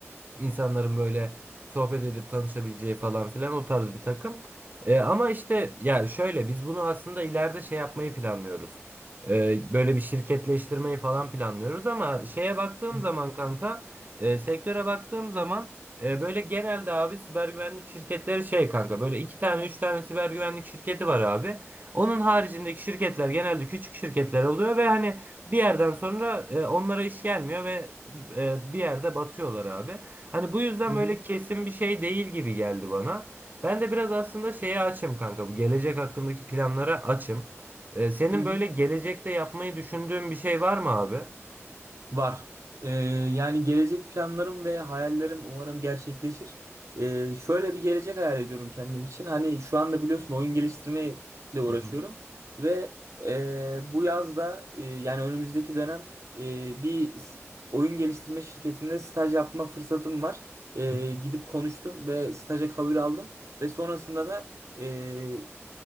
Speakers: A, on the right; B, on the right.
A: İnsanların böyle sohbet edip tanışabileceği falan filan o tarz bir takım. E, ama işte ya şöyle biz bunu aslında ileride şey yapmayı planlıyoruz. E, böyle bir şirketleştirmeyi falan planlıyoruz ama şeye baktığım
B: Hı
A: zaman kanka e, sektöre baktığım zaman e, böyle genelde abi siber güvenlik şirketleri şey kanka böyle iki tane üç tane siber güvenlik şirketi var abi. Onun haricindeki şirketler genelde küçük şirketler oluyor ve hani bir yerden sonra e, onlara iş gelmiyor ve e, bir yerde batıyorlar abi. Hani bu yüzden
B: hı.
A: böyle kesin bir şey değil gibi geldi bana. Ben de biraz aslında şeye açım kanka. Bu gelecek hakkındaki planlara açım. Ee, senin
B: Hı hı.
A: böyle gelecekte yapmayı düşündüğün bir şey var mı abi?
B: Var. Ee, yani gelecek planlarım ve hayallerim umarım gerçekleşir. Ee, şöyle bir gelecek hayal ediyorum kendim için. Hani şu anda biliyorsun oyun geliştirmeyle uğraşıyorum
A: Hı hı,
B: ve e, bu yazda e, yani önümüzdeki dönem e, bir s- oyun geliştirme şirketinde staj yapma fırsatım var. E,
A: hı hı,
B: gidip konuştum ve staja kabul aldım ve sonrasında da e,